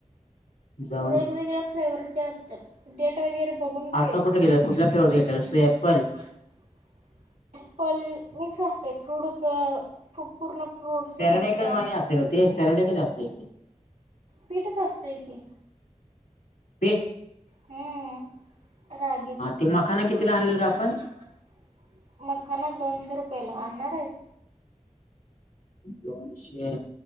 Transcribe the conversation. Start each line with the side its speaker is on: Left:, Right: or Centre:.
Left: जाऊन
Right: वेगवेगळ्या फ्लेवरच्या असतात डेटा वगैर बघून घे
Left: आता
Right: ॲप्पल
Left: कुठे गेले कुठला फ्लेवरचा घेतलेलास तू ऍपल
Right: मिक्स असते फ्रूट असं खूप पूर्ण फ्रूट
Left: सॅरेलेकच
Right: मिक्सर
Left: वाणी असते ना ते सॅरेलेकच असते की
Right: पीठत असते की
Left: तेच
Right: हम, हम रागीचं,
Left: ते
Right: हा ती मखाना
Left: आणलेल
Right: कितीला
Left: ग आपण
Right: आणलेलं गं आपण मखाना दोनशे रुपयाला आणणार हायस
Left: दोनशे